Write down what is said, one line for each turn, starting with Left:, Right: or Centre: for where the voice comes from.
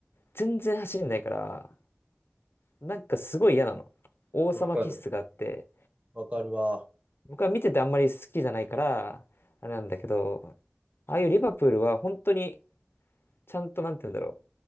Left: 全然走んないから、なんかすごい嫌なの。王様気質があって、
Right: わかる。わかるわ。
Left: 僕は見ててあんまり好きじゃないから、あれなんだけど、ああいうリバプールは本当にちゃんとなんて言うんだろう。